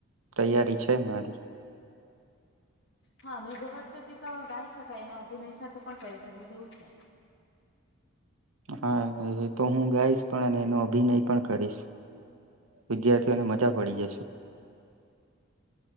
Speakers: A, on the right (about 85°); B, on the left (about 60°).
A: તૈયારી છે મારી.
B: હા મેઘ વર્ષથી તો ગાઈ શકાય અને અભિનય સાથે પણ કરી શકાય તેવું છે.
A: હા એ તો હું ગાઈશ પણ અને એનો અભિનય પણ કરીશ. વિદ્યાર્થીઓને મજા પડી જશે.